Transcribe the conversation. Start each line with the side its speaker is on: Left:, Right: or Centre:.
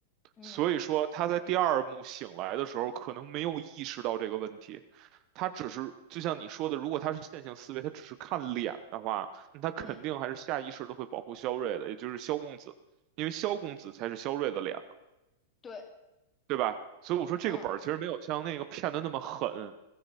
Left: 嗯。
Right: 所以说他在第二幕醒来的时候，可能没有意识到这个问题。他只是就像你说的，如果他是线性思维，他只是看脸的话，那他肯定还是下意识的会保护萧睿的，
Left: 嗯，
Right: 也就是萧公子，因为萧公子才是萧睿的脸嘛，
Left: 对，
Right: 对吧？所以我说这个本儿其实没有像那个骗的那么狠，
Left: 嗯